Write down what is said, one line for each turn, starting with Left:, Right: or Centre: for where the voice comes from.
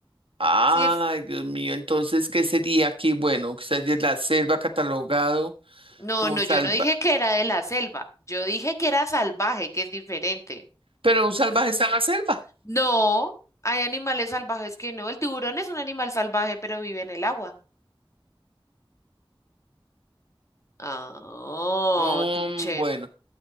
Right: Ay,
Left: Sí, es...
Right: Dios mío, entonces, ¿qué sería aquí? Bueno, quizás es la selva catalogado
Left: No,
Right: como
Left: no,
Right: salva.
Left: yo no dije que era de la selva. Yo dije que era salvaje, que es diferente.
Right: Pero un salvaje está en la selva.
Left: No, hay animales salvajes que no. El tiburón es un animal salvaje, pero vive en el agua. Ah,
Right: Mm,
Left: tuché.
Right: bueno,